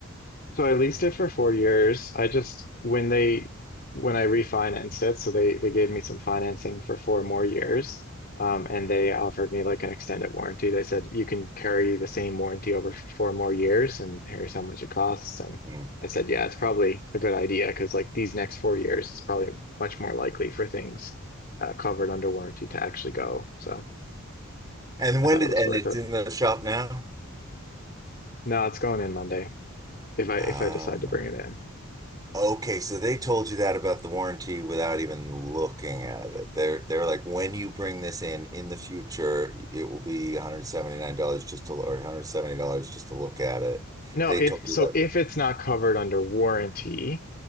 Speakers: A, on the left; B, on the right.
A: So I leased it for four years. I just when they when I refinanced it, so they they gave me some financing for four more years. Um, and they offered me like an extended warranty. They said you can carry the same warranty over for four more years, and here's how much it costs. And
B: Hmm.
A: I said, yeah, it's probably a good idea because like these next four years, it's probably much more likely for things uh, covered under warranty to actually go. So
B: And
A: I
B: when
A: thought
B: did
A: it was
B: and
A: worth
B: it's
A: it.
B: in the shop now?
A: No, it's going in Monday if I
B: Ah.
A: if I decide to bring it in.
B: Okay, so they told you that about the warranty without even looking at it. They're they're like, when you bring this in in the future, it will be $179 just to or $170 just to look at it.
A: No,
B: They
A: if
B: told
A: so,
B: you that.
A: if it's not covered under warranty,